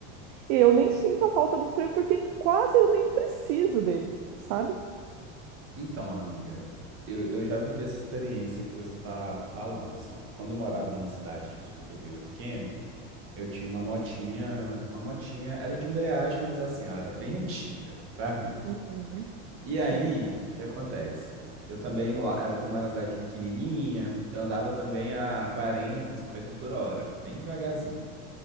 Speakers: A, on the right; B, on the right.
A: e eu nem sinto a falta do freio porque quase eu nem preciso dele, sabe?
B: Então, amiga, eu, eu já vivi essa experiência que você tá falando, assim, ó. Quando eu morava numa cidade de interior pequeno, eu tinha uma motinha, uma motinha, era de embreagem, mas assim, ela era bem <laughs> antiga, sabe?
A: Uhum.
B: E
A: Sim.
B: aí, o que acontece? Eu também, lá, era como era uma cidade pequenininha, eu andava também a 40, 50 por hora, bem devagarzinho.